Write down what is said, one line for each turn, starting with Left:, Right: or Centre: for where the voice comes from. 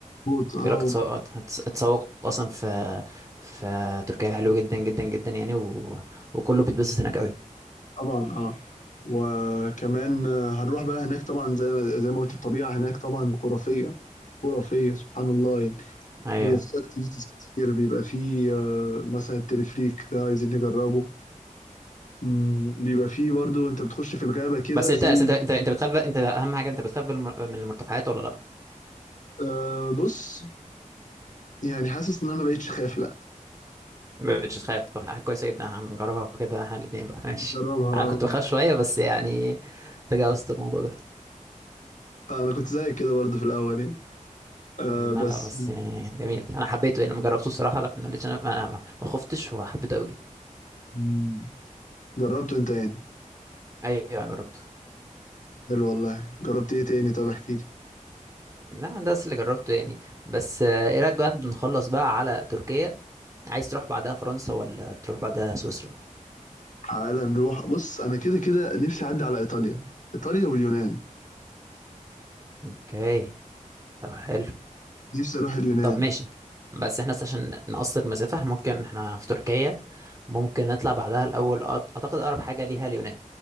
Left: اه
Right: يقول لك تسوق تتسوق اصلا في في تركيا حلو جدا جدا جدا يعني و... وكله بيتبسط هناك قوي
Left: طبعا اه وكمان آه، هنروح بقى هناك طبعا زي ما زي ما قلت الطبيعة هناك طبعا خرافية خرافية سبحان الله يعني
Right: ايوه
Left: بيبقى فيه اكتيفيتيز كتير بيبقى فيه آه، مثلا التلفريك ده عايزين نجربه مم، بيبقى فيه برضو انت بتخش في الغابة كده
Right: بس انت
Left: زي
Right: بس انت انت انت بتخاف انت اهم حاجه انت بتخاف بالم- من المرتفعات ولا لا
Left: أه بص يعني حاسس ان انا ما بقتش خايف لا
Right: ما بتخاف طب حاجه كويسه جدا هنجربها كده احنا الاثنين بقى ماشي
Left: جربها
Right: انا كنت بخاف شويه بس يعني تجاوزت الموضوع ده
Left: آه، انا كنت زيك كده برضو في الاول يعني أه
Right: لا
Left: بس
Right: لا بس يعني جميل انا حبيته يعني لما جربته الصراحه لا ما لقيتش انا ما, ما ما خفتش وحبيته قوي
Left: مم، جربته انت يعني
Right: ايوه جربته
Left: حلو والله جربت ايه تاني طب احكي لي
Right: لا ده بس اللي جربته يعني بس آه، ايه رايك بقى نخلص بقى على تركيا عايز تروح بعدها فرنسا ولا تروح بعدها سويسرا
Left: تعالى نروح بص انا كده كده نفسي اعدي على ايطاليا ايطاليا واليونان
Right: اوكي طب حلو
Left: نفسي اروح اليونان
Right: طب ماشي بس احنا بس عشان نقصر مسافة إحنا ممكن احنا في تركيا ممكن نطلع بعدها الاول أط- اعتقد اقرب حاجة ليها اليونان